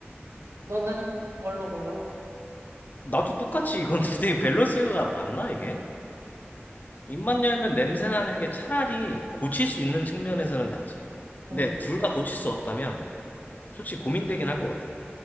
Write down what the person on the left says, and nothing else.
나도 똑같이 이건 <laughs> 되게 밸런스가 맞나, 이게? 입만 열면 냄새 나는 게 차라리 고칠 수 있는 측면에서는 낫지.
근데 둘 다 고칠 수 없다면 솔직히 고민되긴 할 것 같아.